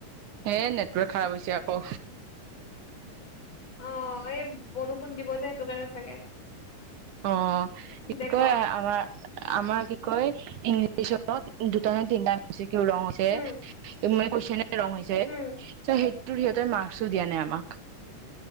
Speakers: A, on the right (about 75°); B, on the left (about 50°).
A: এ নেটৱৰ্ক খাৰাপ হৈছে আকৌ
B: অ এই বৰষুণ দিব যে সেইটো কাৰণে চাগে
A: অ কি
B: দে
A: কয়
B: ক
A: আমাৰ আমাৰ কি কয় ইংলিছত দুটা না তিনটা মিউজিক কি ৰঙছে
B: উম
A: এ কৈছে নে ৰং হৈছে
B: উম
A: চ সেই <unintelligible> মাৰ্ক্সো দিয়া নাই আমাক